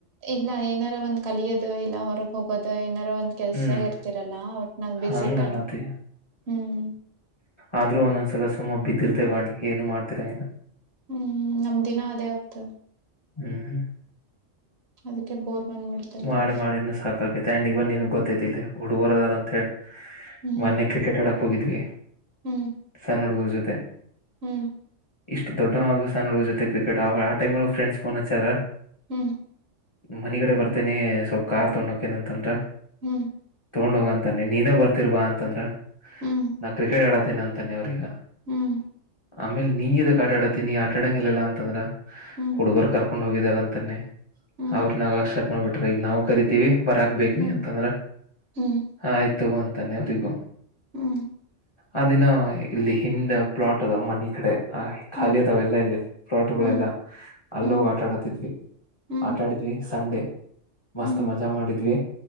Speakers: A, on the right (about 60°); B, on the left (about 35°).
A: ಇಲ್ಲ ಏನಾರು ಒಂದ್ ಕಲಿಯೋದು ಇಲ್ಲ ಹೊರಗ್ ಹೋಗೋದು ಏನಾರ ಒಂದ್ ಕೆಲ್ಸಗ
B: ಹ್ಮ್
A: ಇರ್ತಿರಲ್ಲ ಒಟ್ನಾಗ್ ಬಿಸಿ
B: ಹಂಗನತಿ
A: ಟೈಮ್ ಹ್ಮ್
B: ಆದ್ರೂ ಒಂದೊಂದ್ಸಲ ಸುಮ್ಮ ಬಿದ್ದಿರ್ತಿವಿ ವಾಣಿ ಏನು ಮಾಡ್ತೀರಂಗಿಲ್ಲ
A: ಹ್ಮ್ ನಮ್ದ ದಿನ ಅದೇ ಆಗ್ತದ
B: ಹ್ಮ್ ಹ್ಮ್.
A: ಅದಕ್ಕೆ ಬೋರ್ ಬಂದ್ಬಿಡ್ತದ
B: ಮಾಡಿ
A: ಲೈಫ್
B: ಮಾಡಿನ ಸಾಕೈತಿ ಅಂಡ್ ಇವ ನಿನಗ್ ಗೊತ್ತೈತಿಲ್ಲ ಹುಡುಗರದಾರ ಅಂತ ಹೇಳಿ
A: ಹ್ಮ್
B: ಮೊನ್ನೆ ಕ್ರಿಕೆಟ್ ಆಡಕ್ ಹೋಗಿದ್ವಿ
A: ಹ್ಮ್
B: ಸಣ್ಣ ಹುಡ್ಗರ್ ಜೊತೆ
A: ಹ್ಮ್
B: ಇಷ್ಟು ದೊಡ್ಡವಾದರ ಸಣ್ಣ ಹುಡುಗುರ ಜೊತೆ ಕ್ರಿಕೆಟ್ ಆ ಆ ಟೈಮ ಫ್ರೆಂಡ್ಸ್ ಫೋನ್ ಹಚಾರ
A: ಹ್ಮ್
B: ಮನಿಗಡೆ ಬರ್ತೇನಿ ಸ್ವಲ್ಪ್ ಕಾರ್ ತಗೊಂಡ ಹೋಕೇನಂತಂದ್
A: ಹ್ಮ್
B: ತಗೊಂಡ್ ಹೋಗಂತಾನೆ ನೀನೇ ಬರ್ತಿರ್ ಬಾ ಅಂತಂದ್ರ
A: ಹ್ಮ್
B: ನಾ ಕ್ರಿಕೆಟ್ ಆಡತೀನಿ ಅಂತದೆ ಅವ್ರೀಗ
A: ಹ್ಮ್
B: ಆಮೇಲ್ ನೀ ಎದಕ್ ಆಟ ಆಡತಿ ನೀ ಆಟಾಡಂಗಿಲ್ಲಿಲ್ಲ ಅಂತಂದ್ರ
A: ಹ್ಮ್
B: ಹುಡುಗರ್
A: ಹ್ಮ್
B: ಕರ್ಕೊಂಡ್ ಹೋಗಿದಾರ ಅಂತಾನೆ
A: ಹ್ಮ್
B: ಅವ್ರ ನಗಕ್ಕ ಸ್ಟಾರ್ಟ್ ಮಾಡ್ಬಿಟ್ರ ಈಗ ನಾವು ಕರಿತೀವಿ ಬರಕ್ ಬೇಕ
A: ಹ್ಮ್
B: ನೀ ಅಂತಂದ್ರ
A: ಹ್ಮ್
B: ಆಯ್ತು ತೋಗ ಅಂತನೆ ಅವ್ರಿಗೂ
A: ಹ್ಮ್
B: ಆ ದಿನ ಇಲ್ಲಿ ಹಿಂದ ಪ್ಲಾಟ್ ಅದವ ಮನಿ ಕಡೆ ಆ ಖಾಲಿ
A: ಹ್ಮ್
B: ಅದಾವೆಲ್ಲಾ ಇಲ್ಲಿ ಫ್ಲಾಟ್ಗಳೆಲ್ಲ
A: ಹ್ಮ್
B: ಅಲ್ಲೋಗಿ
A: ಹ್ಮ್
B: ಆಟ ಆಡತ್ತಿದ್ವಿ
A: ಹ್ಮ್
B: ಆಟ ಆಡಿದ್ವಿ ಸಂಡೆ ಮಸ್ತ್
A: ಹ್ಮ್
B: ಮಜಾ ಮಾಡಿದ್ವಿ